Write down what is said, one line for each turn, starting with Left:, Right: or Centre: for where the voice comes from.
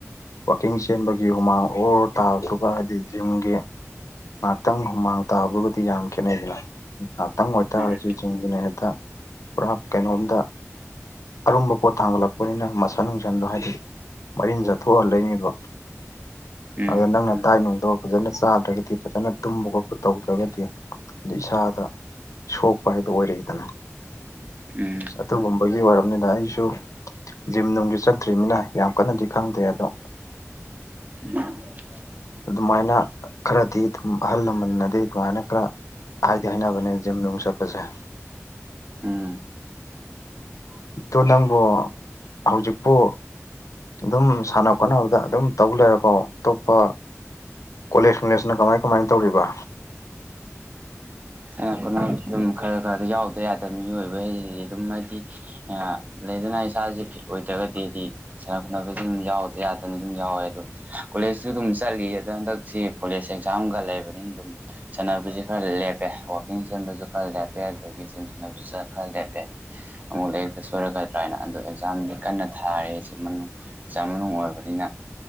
Left: ꯋꯥꯛꯀꯤꯡ ꯆꯦꯟꯕ ꯒꯤ ꯍꯨꯃꯥꯡ ꯑꯣꯔ ꯇꯥꯕꯗꯨꯒ ꯍꯥꯏꯗꯤ ꯖꯤꯝꯒꯤ ꯉꯍꯥꯛꯇꯪ ꯍꯨꯃꯥꯡ ꯇꯥꯕꯒꯗꯤ ꯌꯥꯝ ꯈꯦꯠꯅꯩꯗꯅ ꯉꯥꯛꯇꯪ ꯑꯣꯏꯇꯥꯔꯁꯨ
Right: ꯎꯝ
Left: ꯖꯤꯝꯒꯤꯅ ꯍꯦꯛꯇ ꯄꯨꯔꯥ ꯀꯩꯅꯣꯝꯗ ꯑꯔꯨꯝꯕ ꯄꯣꯠ ꯊꯥꯡꯒꯠꯂꯛꯄꯅꯤꯅ ꯃꯁꯟ ꯅꯨꯡꯁꯟꯗꯣ ꯍꯥꯏꯗꯤ ꯃꯔꯤꯟ ꯆꯠꯊꯣꯛꯍꯜꯂꯛꯏꯅꯦꯕ
Right: ꯎꯝ
Left: ꯑꯗ ꯅꯪꯅ ꯗꯥꯏꯠ ꯅꯨꯡꯗꯣ ꯐꯖꯅ ꯆꯥꯗ꯭ꯔꯒꯗꯤ ꯐꯖꯅ ꯇꯨꯝꯕ ꯈꯣꯠꯄ ꯇꯧꯗ꯭ꯔꯒꯗꯤ ꯑꯗꯩ ꯏꯁꯥꯗ ꯁꯣꯛꯄ ꯍꯥꯏꯗꯣ ꯑꯣꯏꯔꯛꯏꯗꯅ
Right: ꯎꯝ
Left: ꯑꯗꯨꯒꯨꯝꯕꯒꯤ ꯑꯣꯏꯔꯝꯅꯤꯅ ꯑꯩꯁꯨ ꯖꯤꯝ ꯅꯨꯡꯁꯨ ꯆꯠꯇ꯭ꯔꯤꯝꯅꯤꯅ ꯌꯥꯝ ꯀꯟꯅꯗꯤ ꯈꯪꯗꯦ ꯑꯗꯣ
Right: <unintelligible>
Left: ꯑꯗꯨꯃꯥꯏꯅ ꯈꯔꯗꯤ ꯑꯗꯨꯝ ꯑꯍꯜ ꯂꯃꯟꯅꯗꯤ ꯑꯗꯨꯃꯥꯏꯅ ꯈꯔ ꯍꯥꯏꯗꯤ ꯍꯥꯏꯅꯕꯅꯦ ꯖꯤꯝ ꯅꯨꯡ ꯆꯠꯄꯁꯦ
Right: ꯎꯝ <unintelligible>
Left: ꯑꯗꯣ ꯅꯪꯕꯨ ꯍꯧꯖꯤꯛꯄꯨ ꯑꯗꯨꯝ ꯁꯥꯟꯅ ꯈꯣꯠꯅꯕꯗ ꯑꯗꯨꯝ ꯇꯧ ꯂꯩꯔꯕꯣ ꯑꯇꯣꯞꯄ ꯀꯣꯂꯦꯖ ꯅꯨꯡꯂꯦꯖꯅ ꯀꯃꯥꯏ ꯀꯃꯥꯏ ꯇꯧꯔꯤꯕ
Right: ꯁꯥꯟꯅ ꯈꯣꯠꯅꯕꯗ ꯑꯗꯨꯝ ꯈꯔ ꯈꯔꯗꯤ ꯌꯥꯎꯗ ꯌꯥꯗꯕ ꯃꯤꯑꯣꯏꯕ ꯍꯥꯏꯗꯤ ꯑꯗꯨꯝ ꯍꯥꯏꯗꯤ ꯑꯥ ꯂꯩꯗꯅ ꯏꯁꯥꯁꯦ ꯐꯤꯠ ꯑꯣꯏꯗ꯭ꯔꯒꯗꯤꯗꯤ ꯁꯥꯟꯅ ꯈꯣꯠꯅꯕꯁꯁꯨ ꯑꯗꯨꯝ ꯌꯥꯎꯗ ꯌꯥꯗꯅꯤ ꯑꯗꯨꯝ ꯌꯥꯎꯋꯦ ꯑꯗꯣ ꯀꯣꯂꯦꯖꯁꯨ ꯑꯗꯨꯝ ꯆꯠꯂꯤ ꯑꯗꯣ ꯍꯟꯗꯛꯁꯤ ꯀꯣꯂꯦꯖ ꯑꯦꯛꯖꯥꯝꯒ ꯂꯩꯕꯅꯤꯅ ꯑꯗꯨꯝ ꯁꯅꯥꯕꯖꯤ ꯈꯔ ꯂꯦꯞ ꯄꯦ ꯋꯥꯥꯛꯀꯤꯡ ꯆꯦꯟꯕꯁꯨ ꯈꯔ ꯂꯦꯞꯄꯦ ꯑꯗꯒꯤ ꯖꯤꯝ ꯁꯤꯖꯤꯟꯅꯕꯁꯨ ꯈꯔ ꯂꯦꯞꯄꯦ ꯑꯃꯨꯛ ꯂꯥꯏꯔꯤꯛꯇ ꯁꯣꯏꯔꯛꯀꯗ꯭ꯔꯥꯅ ꯑꯗꯣ ꯑꯦꯛꯖꯥꯝꯗꯤ ꯀꯟꯅ ꯊꯥꯔꯤ ꯁꯤꯃꯅꯨꯡ ꯑꯦꯛꯖꯥꯝ ꯃꯅꯨꯡ ꯑꯣꯏꯕꯅꯤꯅ